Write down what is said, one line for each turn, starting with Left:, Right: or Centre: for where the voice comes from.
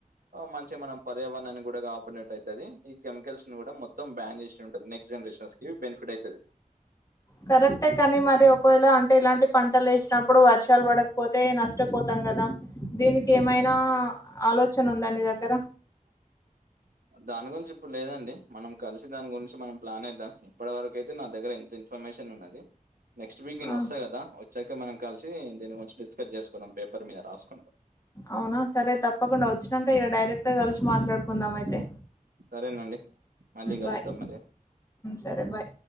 Right: ఆ మంచిగ మనం పర్యావరణాన్ని కూడా కాపాడినటయితది ఈ కెమికల్స్ ను కూడా మొత్తం బ్యాన్ చేసుడే ఉంటది నెక్స్ట్ జనరేషన్స్ కి ఇది బెనిఫిట్ ఐతది
Left: కరెక్టే కానీ మరి ఒకవేళ అంటే ఇలాంటి పంటలు వేసినప్పుడు వర్షాలు పడకపోతే నష్టపోతాం కదా దీనికి ఏమైనా ఆలోచన ఉందా నీ దగ్గర
Right: <unintelligible> దాని గురించి ఇప్పుడు లేదండి మనం కలిసి దాని గురించి మనం ప్లాన్ ఏద్దాం ఇప్పటివరకు అయితే నా దగ్గర ఇంత ఇన్ఫర్మేషన్ వున్నది నెక్స్ట్ వీక్ నేను
Left: ఆ,
Right: వస్తా కదా వచ్చాక మనం కలిసి దీని గురించి డిస్కస్ చేసుకుందాం పేపర్ మీద రాసుకుంటు
Left: అవునా సరే తప్పకుండా వచ్చినాక ఇక డైరెక్ట్ గా కలిసి మాట్లాడుకుందాం అయితే
Right: సరేనండి మళ్ళీ కలుద్దాం
Left: బాయ్
Right: మరి
Left: సరే బాయ్